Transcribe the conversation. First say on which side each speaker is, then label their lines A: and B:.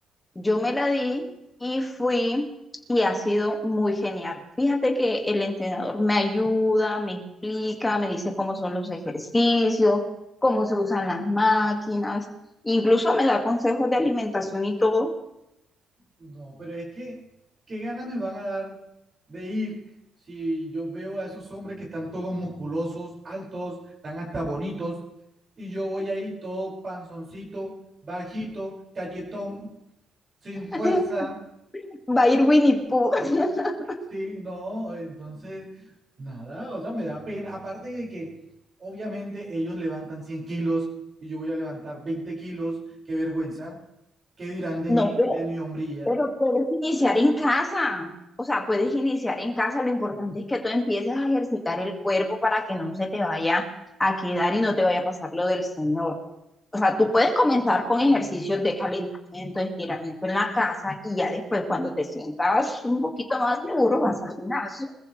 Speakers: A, on the left; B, on the right.
A: yo me la di y fui y ha sido muy genial. Fíjate que el entrenador me ayuda, me explica, me dice cómo son los ejercicios, cómo se usan las máquinas, incluso me da consejos de alimentación y todo.
B: no, pero es que, ¿qué ganas me van a dar de ir si yo veo a esos hombres que están todos musculosos, altos, están hasta bonitos, y yo voy ahí todo panzoncito, bajito, cachetón, sin
A: <laughs>
B: fuerza,
A: Va a ir Winnie Pooh. <laughs>
B: sí, no, entonces, nada, o sea, me da pena, aparte de que obviamente ellos levantan 100 kilos y yo voy a levantar 20 kilos, qué vergüenza, qué dirán de
A: No,
B: mí,
A: pero,
B: de mi hombría.
A: pero puedes iniciar en casa. O sea, puedes iniciar en casa. Lo importante es que tú empieces a ejercitar el cuerpo para que no se te vaya a quedar y no te vaya a pasar lo del Señor. O sea, tú puedes comenzar con ejercicios de calentamiento, estiramiento en la casa y ya después cuando te sientas un poquito más seguro vas al gimnasio.